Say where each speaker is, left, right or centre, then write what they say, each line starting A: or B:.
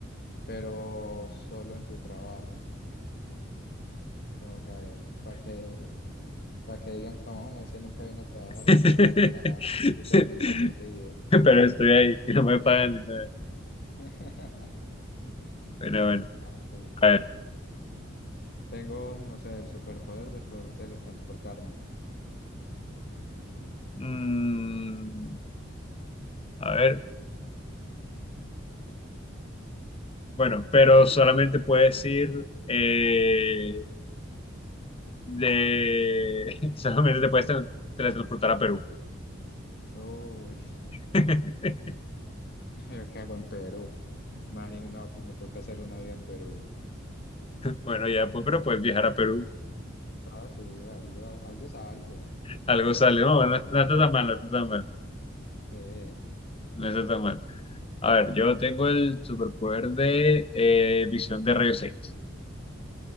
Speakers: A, on the left; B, on the left.
A: pero solo en tu trabajo, como que para que, para que digan como ese nunca viene a trabajar, ese
B: <laughs>
A: nunca hace nada y termina despedido.
B: Pero estoy ahí, que no me pagan ni nada.
A: <laughs>
B: Bueno, bueno,
A: A ver.
B: a ver.
A: Tengo, mm, o sea, el superpoder de poder teletransportarme.
B: Mm, a ver, Bueno, pero solamente puedes ir eh, de... <laughs> Solamente te puedes tra- teletransportar a Perú.
A: Uy,
B: <laughs>
A: <laughs> ¿yo qué hago en Perú? Imagínate, no, pues me toca hacer una vida en Perú.
B: Bueno, ya, pues, pero puedes viajar a Perú.
A: Ah, sí, algo, algo es algo.
B: Algo
A: No,
B: sale.
A: pues no
B: No,
A: es tan
B: no, no
A: malo
B: está
A: el contra.
B: tan mal, no está tan mal.
A: Sí.
B: No está tan mal. A ver, yo tengo el superpoder de eh, visión de rayos X.